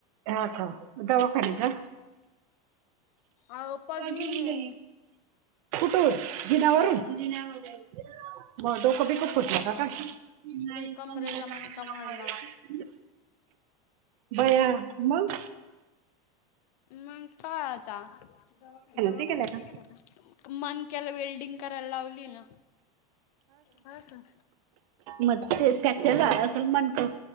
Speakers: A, on the right; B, on the left.
A: हा, का? दवा खाली का?
B: अहो पडली
A: <inaudible>
B: मी
A: कुठून? जिण्यावरून? जिन्यावरून. म डोकं- बिक फुटला का काय? नाही.
B: कमरेचा
A: <unintelligible>
B: मणका मोडला
A: <inaudible> बया, मंग?
B: मग काय आता? दवाखान्यात. दवाखान्यात.
A: नाही गेल्या का?
B: <unintelligible> मणक्याला वेल्डिंग करायला लावली ना. हा, का?
A: मग ते फॅक्चर झाला असेल, मनका?